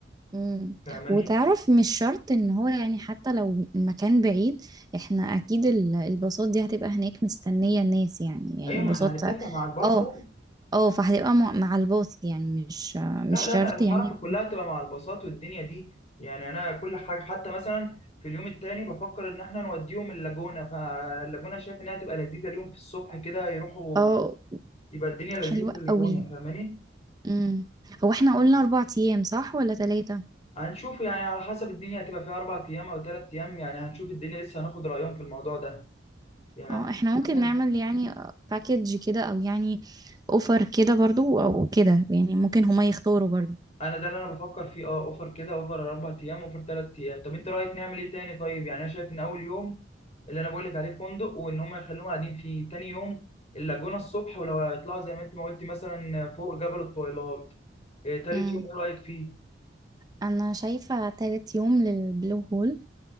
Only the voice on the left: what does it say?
فاهماني
ايوه
ما احنا هنتفق مع الباص
اول
لا
لا
لا الحركه
كلها تبقى مع الباصات والدنيا دي يعني انا كل حاجه حتى مثلا في اليوم التاني بفكر ان احنا نوديهم اللاجونه فاللاجونه شايف انها تبقى لذيذه اليوم في الصبح كده يروحوا
يبقى الدنيا لذيذه
في اللاجونه
فاهماني
هنشوف يعني على حسب الدنيا هتبقى فيها أربع أيام أو تلات أيام يعني هنشوف الدنيا لسه هناخد رأيهم في الموضوع ده يعني
هناخد-
مثلا
أنا ده اللي أنا بفكر فيه أه أوفر كده أوفر أربع أيام أوفر تلات أيام طب أنت رأيك نعمل إيه تاني طيب يعني أنا شايف إن أول يوم اللي أنا بقول لك عليه فندق وإن هم يخلوهم قاعدين فيه تاني يوم اللاجونة الصبح ولو هيطلعوا زي ما أنت ما قلتي مثلا فوق جبل الطويلات إيه، تالت
يوم إيه رأيك فيه؟